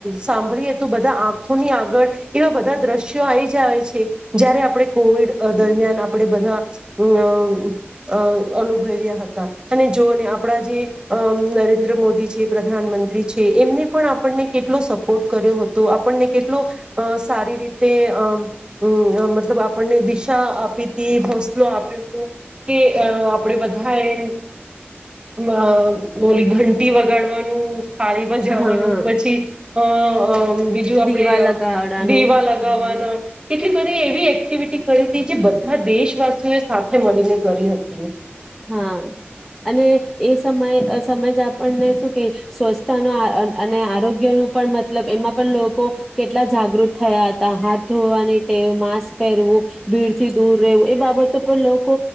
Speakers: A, on the right (about 20°); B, in the centre.
A: સા ળીએ તો બધા આંખોની આગળ કેવા બધા દ્રશ્યો આવી જ આવે છે. જયારે આપણે કોવિડ દરમિયાન આપણે બધા અઅ અનુભવ્યા હતા અને જો ને આપણા જે અઅ નરેન્દ્ર મોદી છે પ્રધાનમંત્રી છે એમને પણ આપણને કેટલો સપ ટ કર્યો હતો આપણને કેટલો અ સારી રીતે અ મતલબ આપણને દિશા આપી તી, હોસલો આપ્યો તો. કે આપણે બધાએ અઅ બોલી ઘંટી વગાડવાનું પાાળીમાં જવાનું
B: હા
A: પછી અઅ બીજું આપડે
B: દીવા
A: અઅ
B: લગાવડાનું
A: દીવા લગાવાના કેટલી બધી એવી એક્ટિવિટી કરી તી જે બધા દેશવાસીઓએ સાથે મળીને કરી હતી.
B: હા, અને એ સમય સમય જે આપણને શું કે સ્વચ્છતા ન અન અન અને આરોગ્યનું પણ મતલબ એમાં પણ લોકો કેટલા જાગૃત થયા હતા. હાથ ધોવાની ટેવ, માસ્ક પહેરવું, ભીડથી દૂર રહેવું એ બાબતો પર લોકો